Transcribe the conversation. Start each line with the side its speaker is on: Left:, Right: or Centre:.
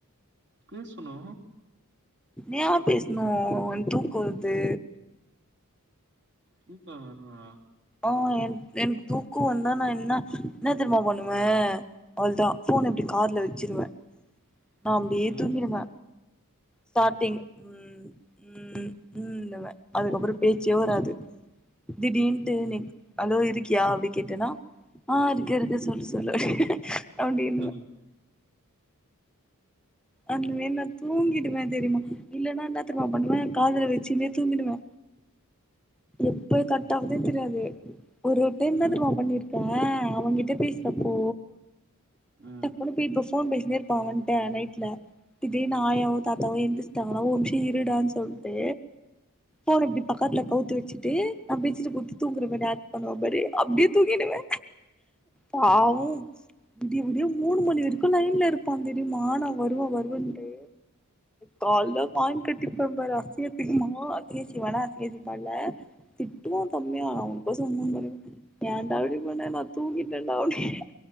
Right: பேசுனு
Centre: யா பேசனு எனக் தூக்க வருது
Right: தூக்க வருதா
Centre: ஆ என் எனக் தூக்க வந்தா நா என்ன என்ன தெரிமா பண்ணுவே அவளதா ஃபோன இப்டி காதுல வச்சிருவ
Right: <inaudible>
Centre: நா அப்டியே
Right: ம்
Centre: தூங்கிறுவ ஸ்டாடிங் ம் ம் ம் ன்னுவ அதுக்கப்பற பேச்சே வராது திடீனு டுனு அளோ இருக்கியா அப்டி கேட்டனா அ இருக்க இருக்க சொல்லு சொல்லு அப்டி அப்டின்
Right: <unintelligible>
Centre: அதுல வேணா தூங்கிடுவே தெரியுமா இல்லனா ன்னா தெரிமா பண்ணுவ காதுல வச்சுனே தூங்கிடுவ எப்ப கட் ஆகுது தெரியாது ஒரு டைம் என்ன
Right: ம்
Centre: தெரியுமா பண்ணிருக் ஏ அவங்கிட்ட பேசுறப்போ
Right: ம்
Centre: தப்புன்னு போய் இப்போ ஃபோன் பேசின்னே இருப்பா அவன்ட நைட் ல திடீனு ஆயாவு தாத்தாவு எந்திஸ்டாங்கனா ஒரு நிம்ஷ இருடான்னு சொல்ட்டு போன இப்டி பக்கத்துல கவுத்துவிட் சிட்டு நா பெட்சீட்ட போத்தி தூங்குற மாரி ஆக்ட் பண்ணுவ பாரு அப்டியே தூங்கிடுவ பாவு விடிய விடிய மூணு மணி வரைக்கு லைன்ல இருப்பா தெரிமா நா வருவ வருவன்டு கால்ல வாங்கி கட்டிப்ப பாரு அசிங்க அசிங்கமா அசிங்க அசிங்கமானா அசிங்க அசிங்கமால்ல திட்டுவா செம்மையா உனக்கு கோச முணு மணி வரைக் ஏண்டா அப்படி பண்ண நா தூங்கிடண்டா அப்டி